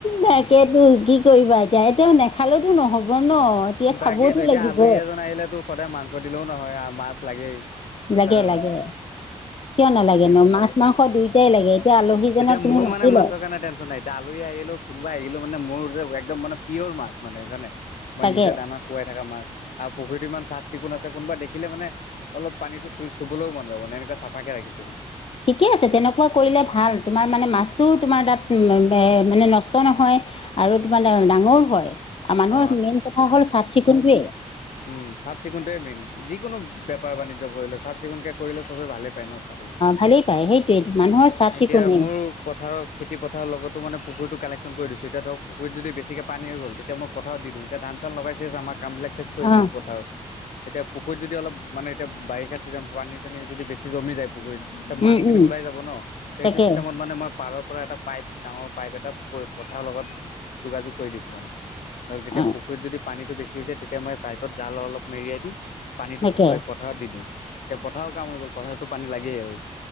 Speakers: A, on the left; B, on the left.
A: তাকেতো কি কৰিবা এতিয়া - এতিয়া নেখালেতো নহব ন। এতিয়া
B: তাকেইতো
A: খাবওতো
B: এতিয়া
A: লাগিব
B: আলহী এজন আহিলে তো সদায় মাংস দিলেও নহয় আৰু মাছ লাগেই।
A: লাগে
B: হয় নে
A: -
B: নহয়
A: লাগে কিয় নালাগে
B: তেনেকুৱা।
A: ন মাছ মাংস দুয়োটাই লাগে। এতিয়া আলহীজনক
B: তেতিয়া
A: তুমি
B: মোৰ
A: মাতিলে
B: মানে মাছৰ কাৰণে টেনচন নাই। এ আলহী আহিলো কোনোবাই আহিলো মানে মোৰ যে একদম মানে পিয়ৰ মাছ মানে জানে মই
A: তাকে
B: নিজৰ দানত শুৱাই থকা মাছ আৰু পুখুৰীটো ইমান চাফ চিকুণ আছে কোনোবা দেখিলে মানে অলপ পানীটো চই চুবলৈ মন যাব মানে এনেকে চাফাকে ৰাখিছো মানে।
A: ঠিকে আছে তেনেকুৱা কৰিলে ভাল তোমাৰ মানে মাছটোও তোমাৰ তাত মানে নষ্ট নহয়। আৰু ত মানে ডাঙৰ হয় আৰু মানুহৰ
B: অ
A: মেইন কথা হ'ল চাফ চিকুণতোয়ে।
B: হুম চাফ চিকুণতোৱে মেইন যিকোনো বেপাৰ বাণিজ্য কৰিলে চাফ চিকুণকৈ কৰিলে চবেই ভালেই পায় ন চাবলৈ।
A: ভালেই পায় সেইটোৱে মানুহৰ চাফ
B: এতিয়া
A: চিকুণে
B: মোৰ পথাৰত খেতিপথাৰ লগতো মানে পুখুৰীতো কালেকচন কৰি দিচো। এতিয়া ধৰক পুখুৰীত যদি বেছিকৈ পানী হৈ গ'ল তেতিয়া মই পথাৰত দি দিওঁ এতিয়া ধান চান লগাইছে আমাৰ কামবিলাক চেছ কৰি
A: অ
B: দিলো পথাৰত। এতিয়া পুখুৰীত যদি অলপ মানে এতিয়া বাৰিষা চিজন পানী চানী যদি জমি যায় পুখুৰীত। ত মাছখিনি
A: উম উম
B: ওলাই যাব ন এইটো
A: তাকে
B: চিষ্টেমত মানে মই পাৰৰ পৰা এটা পাইপ ডাঙৰ পাইপ এটা পথাৰ লগত যোগাযোগ কৰি দিছো মানে। ধৰক তেতিয়া
A: অ
B: পুখুৰীত যদি পানীটো বেছি যায় তেতিয়া মই পাইপত জাল অলপ মেৰিয়াই দি পানীটো
A: তাকে
B: পথাৰত দি দিও এতিয়া পথাৰত কাম হৈ গ'ল পথাৰতো পানী লাগেই আৰু।